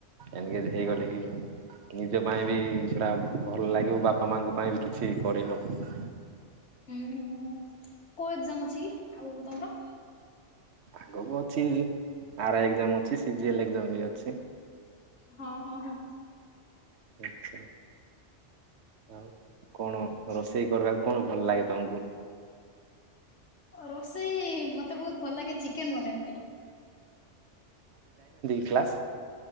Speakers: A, on the right (about 65°); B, on the left (about 70°).
A: ଏନଗେଜ ହେଇଗଲେ କି ନିଜ ପାଇଁ ବି ସେଇଟା ଭଲ ଲାଗିବ ବାପା ମାଆଙ୍କ ପାଇଁ ବି କିଛି କରିହେବ
B: ହୁଁ ହୁଁ କୋଉ ଏଜ୍ଜାମ୍ ଅଛି ଆଗକୁ ତମର
A: ଆଗକୁ ଅଛି ଆରାଇ ଏଜ୍ଜାମ୍ ଅଛି ସିଜିଏଲ୍ ବି ଅଛି
B: ହଁ ହଁ ହଁ
A: ଏଥର ଆଉ କଣ
B: ଆଛା
A: ରୋଷେଇ କରିବାକୁ କଣ? ଭଲ ଲାଗେ ତମକୁ
B: ରୋଷେଇ ମତେ ବହୁତ ଭଲ ଲାଗେ ଚିକେନ ବନେଇବା ପାଇଁ
A: କ୍ଲାସ